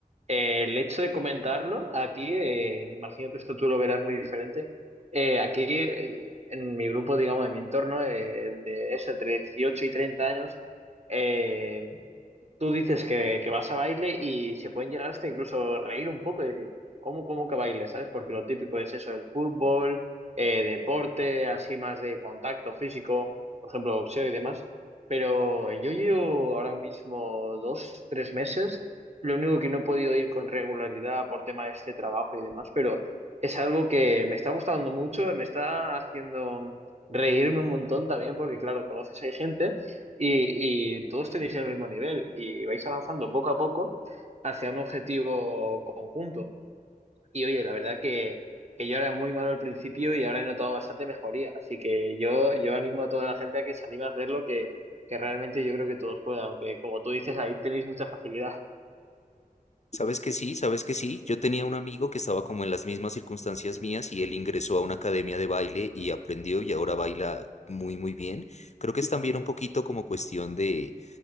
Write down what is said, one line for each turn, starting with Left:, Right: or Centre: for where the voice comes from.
Right: Eh, el hecho de comentarlo aquí, eh, imagino que esto tú lo verás muy diferente. Eh, aquí, eh, en mi grupo, digamos, en mi entorno, eh, de eso, entre 18 y 30 años, eh, tú dices que, que vas a baile y se pueden llegar hasta incluso reír un poco y decir, ¿cómo, cómo que baile? ¿Sabes? Porque lo típico es eso, el fútbol, eh, deporte, así más de contacto físico, por ejemplo, boxeo y demás. Pero yo llevo ahora mismo dos, tres meses. Lo único que no he podido ir con regularidad por tema de este trabajo y demás, pero es algo que me está gustando mucho, me está haciendo reírme un montón también, porque claro, conoces a gente y, y todos tenéis el mismo nivel y vais avanzando poco a poco hacia un objetivo conjunto. Y oye, la verdad que, que yo era muy malo al principio y ahora he notado bastante mejoría, así que yo, yo animo a toda la gente a que se anime a hacerlo, que, que realmente yo creo que todos puedan, aunque como tú dices, ahí tenéis mucha facilidad.
Left: Sabes que sí, sabes que sí. Yo tenía un amigo que estaba como en las mismas circunstancias mías y él ingresó a una academia de baile y aprendió y ahora baila muy, muy bien. Creo que es también un poquito como cuestión de,